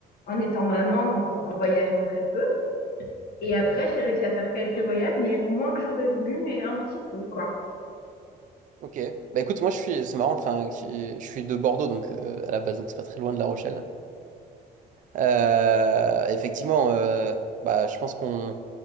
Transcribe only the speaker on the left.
en étant maman, donc en, en voyageant très peu. Et après, j'ai réussi à faire quelques voyages, mais moins que j'aurais voulu, mais un petit peu, quoi.